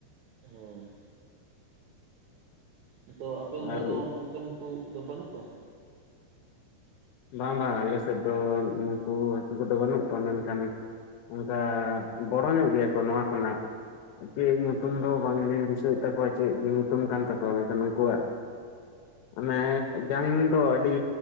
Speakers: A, on the right (about 70°); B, on the left (about 75°).
A: ᱦᱮᱸ ᱱᱤᱛᱚᱜ ᱟᱯᱮ ᱚᱱᱛᱮ
B: ᱟᱨ
A: ᱫᱚ ᱱᱚᱝᱠᱟᱱ ᱦᱟᱹᱠᱩ ᱫᱚ ᱵᱟᱹᱱᱩᱜ ᱠᱚᱣᱟ᱾
B: ᱵᱟᱝᱼᱵᱟᱝ ᱟᱞᱮ ᱥᱮᱫ ᱫᱚ ᱱᱩᱠᱩ ᱦᱟᱹᱠᱩ ᱠᱚᱫᱚ ᱵᱟᱹᱱᱩᱜ ᱠᱚᱣᱟ ᱢᱮᱱᱠᱷᱟᱱ᱾ ᱚᱱᱠᱟ ᱵᱚᱲᱚ ᱧᱚᱜ ᱜᱮᱭᱟ ᱠᱚ ᱱᱚᱣᱟ ᱠᱷᱚᱱᱟᱜ᱾ ᱪᱮᱫ ᱧᱩᱛᱩᱢ
A: ᱦᱮᱸ
B: ᱫᱚ ᱵᱟᱝᱞᱤᱧ ᱫᱤᱥᱟᱹᱭᱮᱫ ᱛᱟᱠᱚᱣᱟ ᱪᱮᱫ ᱧᱩᱛᱩᱢ ᱠᱟᱱ ᱛᱟᱠᱚᱣᱟ ᱢᱮᱱᱠᱷᱟᱱ ᱩᱱᱠᱩᱣᱟᱜ᱾ ᱢᱟᱱᱮ ᱡᱟᱝ ᱫᱚ ᱟᱹᱰᱤ